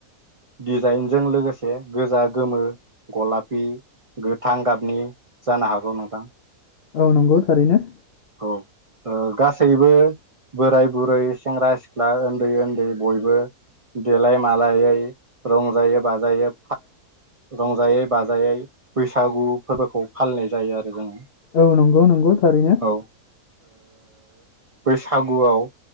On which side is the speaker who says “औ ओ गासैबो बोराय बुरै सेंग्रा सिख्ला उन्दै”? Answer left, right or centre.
Right